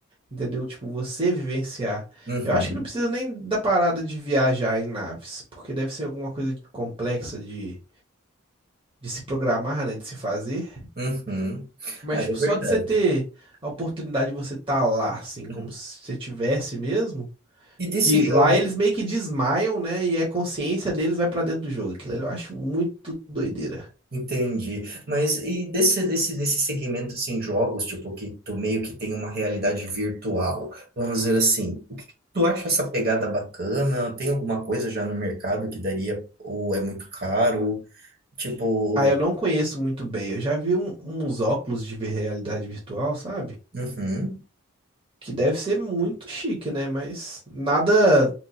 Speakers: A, on the right; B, on the right.
A: entendeu? Tipo, você vivenciar.
B: uhum,
A: Eu acho que não precisa nem da parada de viajar em naves, porque deve ser alguma coisa complexa de, de se programar, né? De se fazer.
B: uhum.
A: Mas,
B: Ah, é
A: tipo,
B: verdade.
A: só de você ter a oportunidade de você estar lá, assim, como
B: Uhum.
A: se você tivesse mesmo.
B: E desses
A: Que lá
B: jogos
A: eles meio que desmaiam, né? E a consciência deles vai pra dentro do jogo. Aquilo ali eu acho muito doideira.
B: Entendi. Mas e desse, desse, desse segmento, assim, jogos, tipo, que tu meio que tem uma realidade virtual, vamos dizer assim, o que que tu acha essa pegada bacana? Tem alguma coisa já no mercado que daria, ou é muito caro? Tipo,
A: Ah, eu não conheço muito bem. Eu já vi um- uns óculos de vi- realidade virtual, sabe?
B: uhum,
A: Que deve ser muito chique, né? Mas nada,